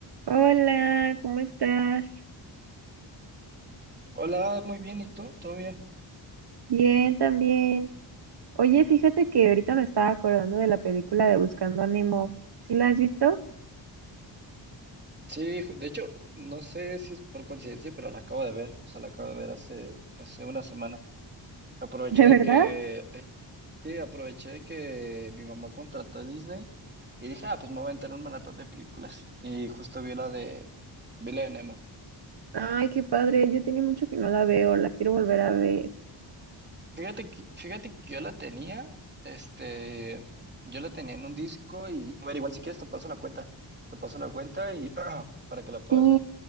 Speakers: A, on the right (about 55°); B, on the right (about 20°).
A: Hola, ¿cómo estás?
B: Hola, muy bien, ¿y tú? ¿Todo bien?
A: Bien, también. Oye, fíjate que ahorita me estaba acordando de la película de Buscando a Nemo. ¿Sí la has visto?
B: Sí, ju- de hecho, no sé si es por coincidencia, pero la acabo de ver, o sea, la acabo de ver hace, hace una semana. Aproveché
A: <laughs> ¿De
B: de
A: verdad?
B: que, eh, sí, aproveché de que mi mamá contrató a Disney y dije, ah, pues me voy a entrar un maratón de películas. Y justo vi la de, vi la de Nemo.
A: Ay, qué padre. Yo tenía mucho que no la veo, la quiero volver a ver.
B: Fíjate que, fíjate que yo la tenía, este, yo la tenía en un disco y, a ver, igual si quieres te paso la cuenta, te paso la cuenta y <clears throat> para que la
A: Sí,
B: puedas ver.